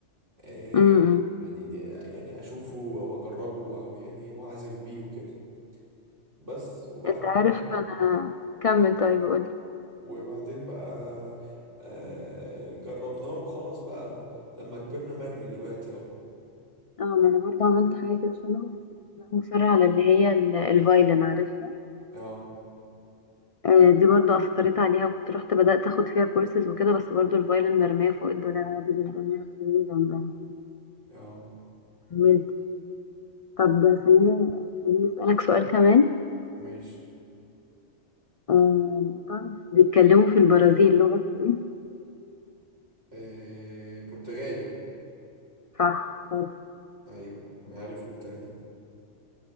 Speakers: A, on the right; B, on the left.
A: آه،
B: أم، أم.
A: يعني يعني اشوفه واجربه ويعني واعزف بيه وكده بس وبعدين
B: انت عارف
A: بقى
B: انا كمل طيب قول لي
A: وبعدين بقى آه، جربناه وخلاص بقى لما كبرنا مرمي دلوقتي اهو
B: اه ما انا برضه عملت حاجة كده شبهه بس كنت بقى مصرة على اللي هي ال- الفايلن عارفها
A: اه
B: آه، دي برضو أثرت عليها وكنت رحت بدأت أخد فيها كورسز وكده بس برضو الفايلن مرمية فوق الدولاب عادي جدا ما في جنبها يعني
A: اه
B: كملت طب خليني خليني أسألك سؤال كمان
A: ماشي
B: آه، تعرف بيتكلموا في البرازيل لغة إيه؟
A: آه، برتغالي
B: صح شاطر
A: ايوه انا عارف البتاع دي